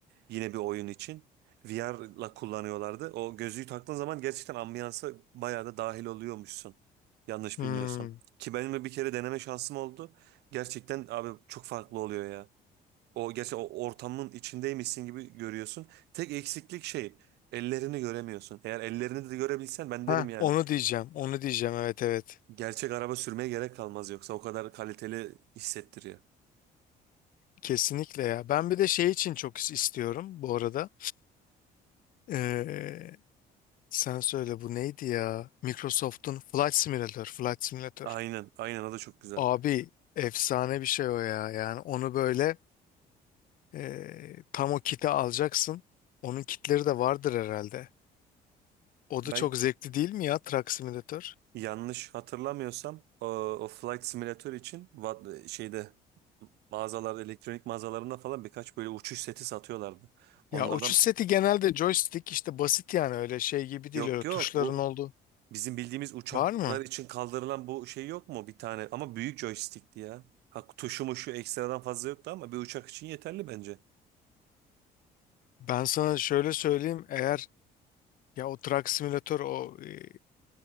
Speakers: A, on the right; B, on the left.
A: Yine bir oyun için. VR'la kullanıyorlardı. O gözlüğü taktığın zaman gerçekten ambiyansa bayağı da dahil oluyormuşsun. Yanlış
B: Hmm.
A: bilmiyorsam. Ki benim de bir kere deneme şansım oldu. Gerçekten abi çok farklı oluyor ya. O gerçi o ortamın içindeymişsin gibi görüyorsun. Tek eksiklik şey ellerini göremiyorsun. Eğer ellerini de görebilsen ben
B: Ha,
A: derim yani.
B: onu diyeceğim. Onu diyeceğim. Evet evet.
A: Gerçek araba sürmeye gerek kalmaz yoksa o kadar kaliteli hissettiriyor.
B: Kesinlikle ya. Ben bir de şey için çok is- istiyorum bu arada. Ee, sen söyle bu neydi ya? Microsoft'un Flight Simulator, Flight Simulator.
A: Aynen, aynen o da çok güzel.
B: Abi efsane bir şey o ya. Yani onu böyle ee, tam o kiti alacaksın. Onun kitleri de vardır herhalde. O
A: Ben
B: da çok zevkli değil mi ya Truck Simulator?
A: Yanlış hatırlamıyorsam o, o Flight Simulator için va- şeyde mağazalarda elektronik mağazalarında falan birkaç böyle uçuş seti satıyorlardı. Onlardan
B: Ya uçuş seti genelde joystick işte basit yani öyle şey gibi değil
A: yok
B: öyle
A: yok
B: tuşların
A: bu
B: olduğu.
A: bizim bildiğimiz uçaklar
B: Var mı?
A: için kaldırılan bu şey yok mu bir tane ama büyük joystickti ya. Ha, tuşu muşu ekstradan fazla yoktu ama bir uçak için yeterli bence.
B: Ben sana şöyle söyleyeyim eğer ya o Truck Simulator o ee,